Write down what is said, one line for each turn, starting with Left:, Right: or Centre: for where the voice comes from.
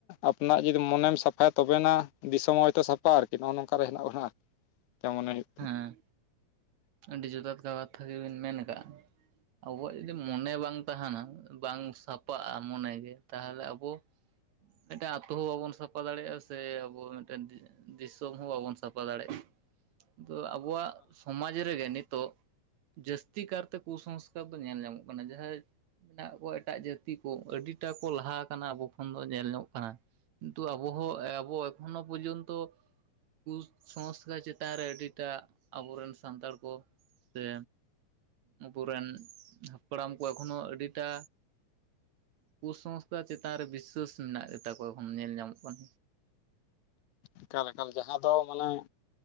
Left: ᱟᱯᱱᱟᱜ ᱡᱩᱫᱤ ᱢᱚᱱᱮᱢ ᱥᱟᱯᱷᱟᱭᱼᱟ ᱛᱚᱵᱮᱱᱟ ᱫᱤᱥᱚᱢ ᱦᱚᱭᱛᱚ ᱥᱟᱯᱷ ᱟ ᱱᱚᱜᱼᱚ ᱱᱚᱝᱠᱼᱟ ᱦᱮᱱᱟᱜ ᱵᱚᱱᱟᱜ ᱦᱮ ᱡᱮᱢᱚᱱ ᱦᱩᱭᱩᱜ
Right: ᱦᱮᱸ ᱟᱹᱰᱤ ᱡᱚᱛᱷᱟᱛ ᱠᱟ ᱠᱟᱛᱷᱟ ᱜᱮᱵᱤᱱ ᱢᱮᱱ ᱟᱠᱟᱫᱼᱟ ᱟᱵᱚᱣᱟᱜ ᱡᱩᱫᱤ ᱢᱚᱱᱮ ᱵᱟᱝ ᱛᱟᱦᱮᱱᱟ, ᱵᱟᱝ ᱥᱟᱯᱟᱜᱼᱟ ᱢᱚᱱᱮ ᱜᱮ ᱛᱟᱦᱚᱞᱮ ᱟᱵᱚ ᱢᱤᱫᱴᱮᱱ ᱟᱛᱳ ᱦᱚᱸ ᱵᱟᱵᱚᱱ ᱥᱟᱯᱷᱟ ᱫᱟᱲᱮᱭᱟᱜᱼᱟ ᱥᱮ ᱟᱵᱚ ᱢᱤᱫ ᱫᱤᱥᱚᱢ ᱦᱚᱸ ᱵᱟᱵᱚᱱ ᱥᱟᱯᱷᱟ ᱫᱟᱲᱮᱭᱟᱜᱼᱟ, ᱟᱵᱚᱣᱟᱜ ᱥᱚᱢᱟᱡᱽ ᱨᱮ ᱜᱮ ᱱᱤᱛᱚᱜ ᱡᱟᱹᱥᱛᱤ ᱠᱟᱨᱛᱮ ᱠᱩᱥᱚᱝᱥᱠᱟᱨ ᱫᱚ ᱧᱮᱞ ᱧᱟᱢᱚᱜ ᱠᱟᱱᱟ ᱡᱟᱦᱟᱸ ᱢᱮᱱᱟᱜ ᱠᱚᱣᱟ ᱮᱴᱟᱜ ᱡᱟᱹᱛᱤ ᱠᱚ ᱟᱹᱰᱤᱴᱟ ᱠᱚ ᱞᱟᱦᱟ ᱟᱠᱟᱱᱟ ᱟᱵᱚ ᱠᱷᱚᱱ ᱫᱚ ᱧᱮᱞ ᱧᱚᱜ ᱠᱟᱱᱟ ᱠᱤᱱᱛᱩ ᱟᱵᱩ ᱦᱚᱸ ᱟᱵᱚ ᱮᱠᱷᱚ ᱯᱚᱨᱡᱚᱱᱛᱚ ᱠᱩᱥᱚᱝᱥᱠᱟᱨ ᱪᱮᱛ ᱮᱛᱟᱱ ᱨᱮ ᱟᱹᱰᱤᱴᱟᱜ ᱟᱵᱚᱨᱮᱱ ᱥᱟᱱᱛᱟᱲ ᱠᱚ ᱥᱮ ᱟᱵᱚᱨᱮᱱ ᱦᱟᱯᱲᱟᱢ ᱠᱚ ᱮᱠᱷᱚᱱᱳ ᱟᱹᱰᱤᱴᱟ ᱠᱩᱥᱚᱝᱥᱛᱷᱟ ᱪᱮᱛᱟᱱ ᱨᱮ ᱵᱤᱥ ᱥᱟᱹᱥ ᱢᱮᱱᱟᱜ ᱜᱮᱛᱟ ᱠᱚᱣᱟ ᱮᱠᱷᱚᱱ ᱧᱮᱞ ᱧᱟᱢᱚᱜ ᱠᱟᱱ
Left: ᱮᱠᱟᱞ ᱮᱠᱟᱞ ᱡᱟᱦᱟᱸ ᱫᱚ ᱢᱟᱱᱮ